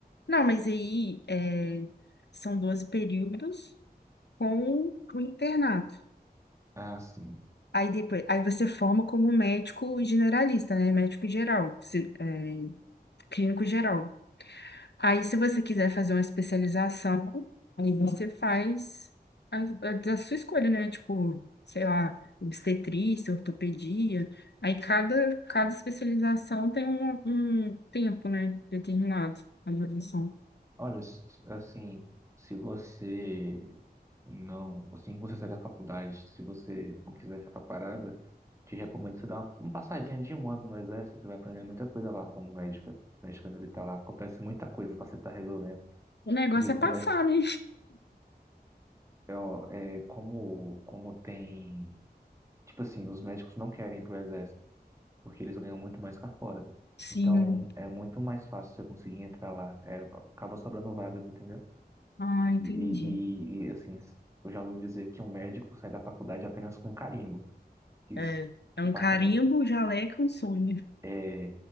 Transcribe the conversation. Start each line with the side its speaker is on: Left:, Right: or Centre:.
Left: Não, mas aí é, são 12 períodos com o internato.
Right: Ah, sim.
Left: Aí depois, aí você forma como médico generalista, né? Médico geral, psi- é, clínico geral. Aí, se você quiser fazer uma especialização, aí você faz a, a da sua escolha, né? Tipo, sei lá, obstetrícia, ortopedia. Aí, cada, cada especialização tem um, um tempo, né? Determinado, a duração.
Right: Olha, s- assim, se você não, assim que você sair da faculdade, se você não quiser ficar parada, te recomendo você dar uma, uma passadinha de um ano no exército, Você vai aprender muita coisa lá como médica, médica militar lá. Acontece muita coisa para você estar resolvendo.
Left: O negócio
Right: Acredito
Left: é
Right: que
Left: passar,
Right: vai,
Left: né?
Right: é, ó, é, como, como tem, tipo assim, os médicos não querem ir pro exército, porque eles ganham muito mais cá fora.
Left: Sim.
Right: Então, é muito mais fácil você conseguir entrar lá. É, acaba sobrando vagas, entendeu?
Left: Ah, entendi.
Right: E, e- e, assim, eu já ouvi dizer que um médico sai da faculdade apenas com carimbo, que,
Left: É,
Right: que
Left: é um
Right: passando.
Left: carimbo, um jaleco, um sonho.
Right: É,